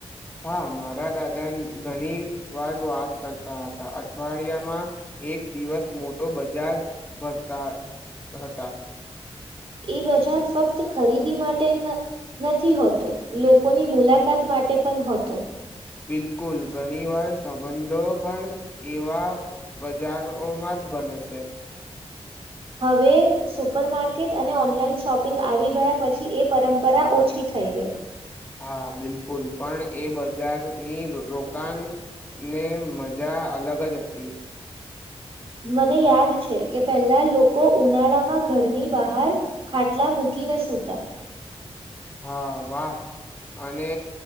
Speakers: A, on the left (about 15°); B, on the right (about 65°).
A: હા મારા દાદા ઘણી વાર વાત કરતા હતા અઠવાડિયામાં એક દિવસ મોટો બજાર ભરતા હ હતા.
B: એ બજાર ફક્ત ખરીદી માટે ન નથી હોતો લોકોની મુલાકાત માટે પણ હોતો.
A: બિલકુલ ઘણી વાર સંબંધો પણ એવા બજારોમાં જ બને છે.
B: હવે સુપર માર્કેટ અને ઓનલાઈન શોપિંગ આવી ગયા પછી એ પરંપરા ઓછી થઈ ગઈ.
A: હા બિલકુલ પણ એ બજારની રોકાણને મજા અલગ જ હતી.
B: મને યાદ છે કે પહેલા લોકો ઉનાળામાં ઘરની બહાર ખાટલા મૂકીને સુતા
A: હા વાહ અને